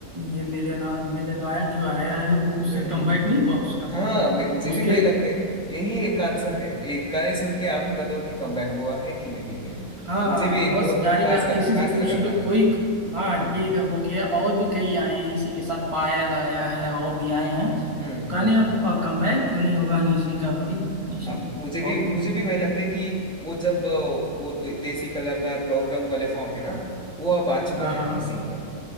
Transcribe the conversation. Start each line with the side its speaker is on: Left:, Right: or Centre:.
Right: ये मिलेना मिलेनायक जो आया है वो उससे
Centre: हम्म
Right: कमबैक
Centre: हम्म हम्म।
Right: नहीं हुआ उसका
Centre: हाँ मैं- मुझे भी
Right: उसके
Centre: वही लगता है यही एक आंसर है एक गाने सुन के आप ही बताओ कि कमबैक हुआ है कि नहीं
Right: हाँ
Centre: मुझे भी एक
Right: बस
Centre: बहुत
Right: डायरेक्ट
Centre: खास गाना
Right: किसी से
Centre: खास
Right: पूछ
Centre: लगा
Right: लो
Centre: गाना
Right: कोई हाँ
Centre: हम्म
Right: ये हो गया और भी कई आए हैं इसी के साथ पायल आया है और भी आए हैं
Centre: हम्म हम्म
Right: कहने
Centre: हम्म।
Right: अब कमबैक क्यों नहीं होगा हनी सिंह का भाई हनी सिंह
Centre: अब मुझे भी
Right: बहुत
Centre: मुझे भी वही लगता है कि वो जब अ, वो दे- देसी कलाकार ब्राउन रंग वाले फॉर्म है ना वो अब आ चुका
Right: हाँ
Centre: है
Right: हाँ
Centre: हनी सिंह का